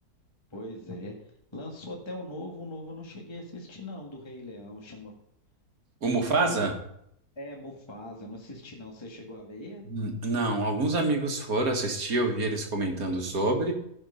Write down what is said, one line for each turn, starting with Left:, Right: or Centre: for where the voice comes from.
Left: Pois é. Lançou até o novo, o novo eu não cheguei a assistir, não, do Rei Leão, chama
Right: O Mufasa?
Left: Fu- é, É, Mufasa, eu não assisti não. Você chegou a ver?
Right: Hum, Não, alguns amigos foram assistir, eu vi eles comentando sobre.